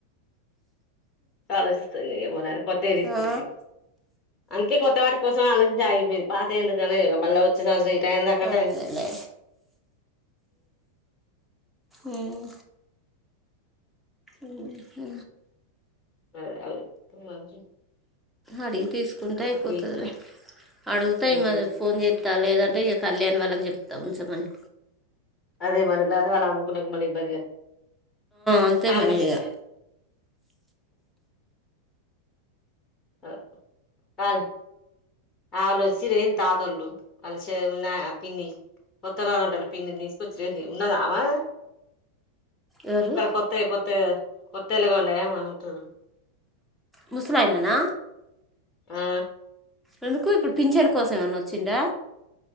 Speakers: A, on the left; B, in the centre.
A: ఆలోచిస్తాదేమో అని కొత్తవి తీసుకొస్తి
B: ఆ
A: అందుకే కొత్త వాటి కోసం ఆలోచించ సాగిపోయి పాతవెందుకు నిజమే కదా మళ్ళ వచ్చే సంవత్సరం ఈ టైం దాకంటే
B: అదేలే ఉమ్ ఉహు
A: అదే అదే మంచు
B: అడిగి తీసుకుంటే అయిపోతుందిలే
A: అప్పి
B: అడుగుతాయి
A: ఉమ్
B: మా ఫోన్ చే ఆ లేదంటే ఇక కళ్యాణ్ వాళ్ళకి చెప్తా ఉంచమని
A: అదే మనకి లాగా వాళ్ళు అమ్ముకునేకి మళ్ళి ఇబ్బందిగా
B: అంతే
A: వాళ్ళు
B: మరి ఇక
A: ఆ ఆల్ ఆలోచిరేం తాతొళ్ళు వాళ్ళ చే న్న పిన్ని కొత్తలాగా ఉంటుంది పిన్ని తీసుకొచ్చిరేమి ఉన్నదా ఆమె
B: ఎవరు
A: అక్కడ కొత్తవి కొత్తవి కొత్తలాగా ఉండ ఏమ ఉంటుడు
B: ముసలయాననా
A: ఆ
B: ఎందుకు ఇప్పుడు పింఛన్ కోసం ఏమన్నా వచ్చిండా